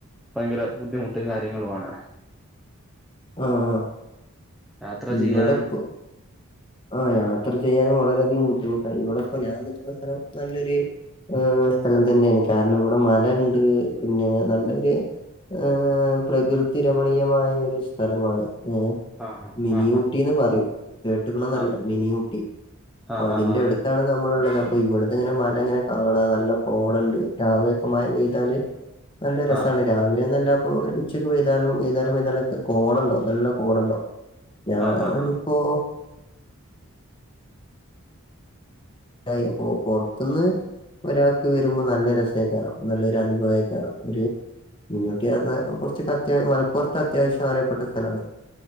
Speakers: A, in the centre; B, on the left.
A: ഭയങ്കര ബുദ്ധിമുട്ടും കാര്യങ്ങളുമാണ്.
B: ആഹ്
A: യാത്ര ചെയ്യാനും
B: ഇവിടെപ്പം ആ യാത്ര ചെയ്യാനും വളരെയധികം ബുദ്ധിമുട്ടാണ്. ഇവിടെ ഇപ്പോ ഞാൻ നിക്കുന്ന സ്ഥലം നല്ലൊരു. ഏഹ സ്ഥലം തന്നെയാണ് കാരണം ഇവിടെ മല ഉണ്ട് പിന്നെ നല്ലൊരു ഏ പ്രകൃതി രമണീയമായ ഒരു സ്ഥലമാണ്. ഏ
A: ആ
B: മിനി
A: ആ ആ
B: ഊട്ടിന്ന് പറിം കേട്ടക്കണന്ന്റിയില്ല
A: ആ
B: മിനി ഊട്ടി. അപ്പ
A: ആ
B: അതിന്റെ
A: ആ ആ ആ
B: അടുത്താണ് നമ്മളുള്ളത്. ഇവിടുന്ന് ഇങ്ങനെ മല ഇങ്ങനെ കാണാ നല്ല കോടണ്ട് രാവിലെയൊക്കെ മഴ പെയ്താല്. നല്ല രസണ്
A: ആ ആ
B: രാവിലെന്നല്ല അപ്പോ ഉച്ചക്ക് പൈതാലും വൈന്നാരം പൈ താലൊക്കെ. കോടണ്ടാവും നല്ല കോടണ്ടാവും ഞാനിപ്പോ.
A: ആ
B: അ പുറത്ത്ന്ന്. ഒരാൾക്ക് വരുമ്പോ നല്ല രസേകാരം നല്ലൊരു അനുഭവേക്കാരം ഒരു മിനിഉടി പറഞ്ഞ കുറച്ച് അത്യാവശം മലപ്പുറത്ത് അത്യാവശ്യം അറിയപ്പെട്ട സ്ഥലമാണ്.